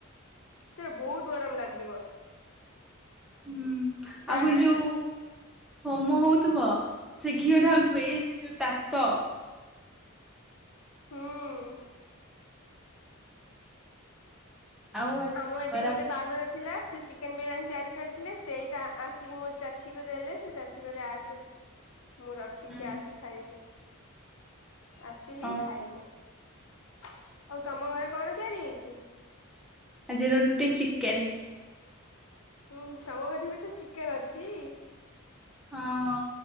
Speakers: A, on the left (about 75°); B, in the centre.
A: ସେଟା ବହୁତ ଗରମ ଲାଗିବ।
B: ହୁଁ
A: ଚାରି
B: ଆଉପ ଯୋଉ ହୋମ ହଉଥିବ ସେ ଘିଅ ଢାଲୁଥିବ ଏଇ ଯୋଉ ତାତ
A: ହଁ।
B: ଆଉ ଆଜି
A: ଆମ
B: ଖରାବେଳେ
A: ଏଠି ଗୋଟେ ବାହାଘର ଥିଲା ସେ ଚିକେନ ବିରିୟାନୀ ତିଆରି କରିଥିଲେ ସେଇଟା ଆସିକି ମୋ ଚାଚୀକୁ ଦେଲେ ସେ ଚାଚୀ କହିଲେ ଆସେ। ମୁଁ ରଖିଛି
B: ହୁଁ
A: ଆସ ଖାଇବୁ। ଆସିଲି
B: ହଁ
A: ଖାଇଲି। ଆଉ ତମ ଘରେ କଣ ତିଆରି ହେଇଛି?
B: ଆଜି ରୁଟି ଚିକେନ।
A: ହୁଁ ତମ ଘରେ ବି ତ ଚିକେନ ଅଛି।
B: ହଁ